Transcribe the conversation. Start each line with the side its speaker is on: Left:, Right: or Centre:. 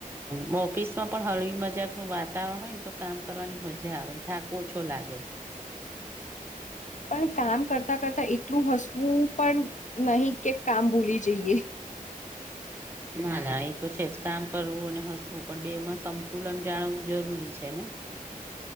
Right: હ ઓફિસ માં પણ હળવી મજાક નું વાતાવરણ હોય ને તો કામ કરવાની મજા આવે થાક ઓછો લાગે
Left: પણ કામ કરતા કરતા એટલું હસવું પણ નહી કે કામ ભૂલી જઈએ
Right: ના ના એ તો છે જ કામ કરવું અને હસવું પણ બેમાં સંતુલન જાણવું જરૂરી છે ને